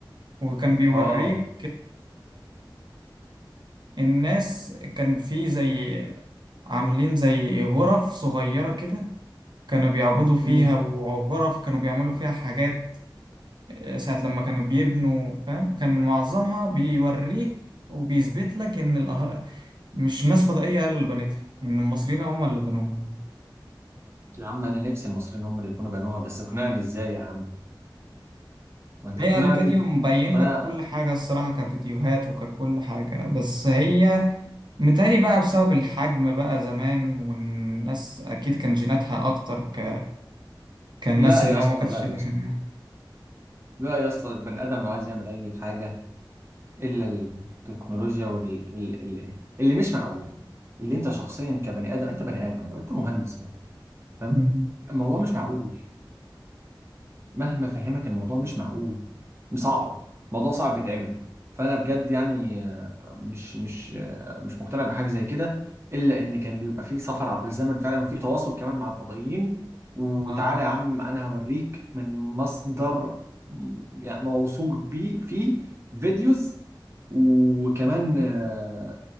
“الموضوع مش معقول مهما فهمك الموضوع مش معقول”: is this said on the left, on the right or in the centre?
Right